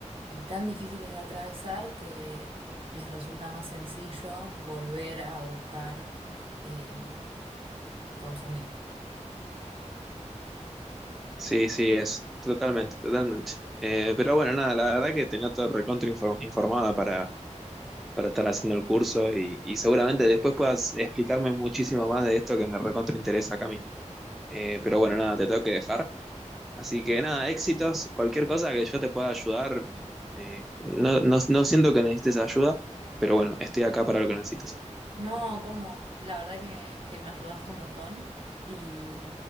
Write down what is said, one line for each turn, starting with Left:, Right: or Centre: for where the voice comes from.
Right: y tan difíciles de atravesar que les resulta más sencillo volver a buscar eh, consumir.
Centre: Sí, sí, es, totalmente, totalmente. Eh, pero bueno, nada, la verdad que te noto recontra infor- informada para, para estar haciendo el curso y, y seguramente después puedas explicarme muchísimo más de esto que me recontra interesa, Cami. Eh, pero bueno, nada, te tengo que dejar. Así que nada, éxitos, cualquier cosa que yo te pueda ayudar, eh, no, no, no siento que necesites ayuda, pero bueno, estoy acá para lo que necesites.
Right: No, ¿cómo? La verdad que, que me ayudaste un montón y